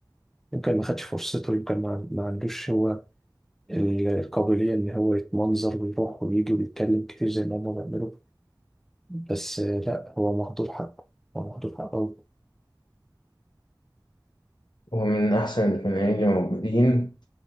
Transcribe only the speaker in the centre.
يمكن ما خدش فرصته يمكن ما, ما عندوش هو ال- القابلية إن هو يتمنظر ويروح ويجي ويتكلم كتير زي ما هما بيعملوا بس آه، لا هو مهدور حقه هو مهدور حقه أوي